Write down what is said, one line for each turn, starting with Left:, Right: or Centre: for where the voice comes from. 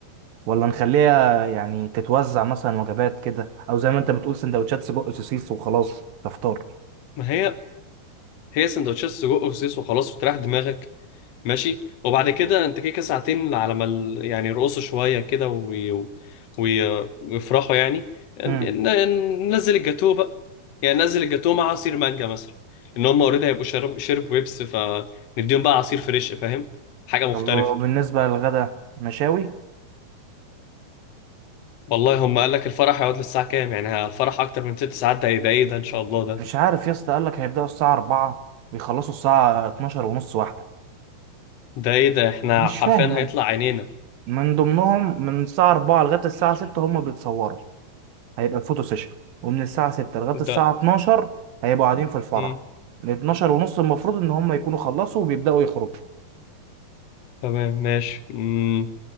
Right: ولا نخليها يعني تتوزع مثلا وجبات كده او زي ما انت بتقول سندوتشات سجق سوسيس وخلاص تفطر
Left: ما هي هي سندوتشات سجق وسوسيس وخلاص وتريح دماغك ماشي وبعد كده انت كده ساعتين على ما ال- يعني يرقصوا شويه كده وي... وي... ويفرحوا يعني ن-
Right: امم
Left: ن- ننزل الجاتوه بقى يعني ننزل الجاتوه مع عصير مانجا مثلا ان هم اوريدي هيبقوا شرب شرب ويبس فنديهم بقى عصير فريش فاهم حاجه مختلفه
Right: طب بالنسبه للغدا مشاوي
Left: والله هم قال لك الفرح هيقعد للساعه كام يعني ها- الفرح اكتر من ست ساعات ده ايه ده ايه ده ان شاء الله ده
Right: مش عارف يا اسطى قال لك هيبداوا الساعه 4 ويخلصوا الساعه 12 ونص واحده
Left: ده ايه ده احنا
Right: مش
Left: حرفيا
Right: فاهم
Left: هيطلع
Right: انا
Left: عينينا
Right: من ضمنهم من الساعه 4 لغايه الساعه 6 هم بيتصوروا هيبقى الفوتو سيشن ومن الساعه 6 لغايه الساعه
Left: ده
Right: 12 هيبقوا قاعدين في الفرح
Left: مم.
Right: من 12 ونص المفروض ان هم يكونوا خلصوا وبيبداوا يخرجوا
Left: تمام ماشي مم.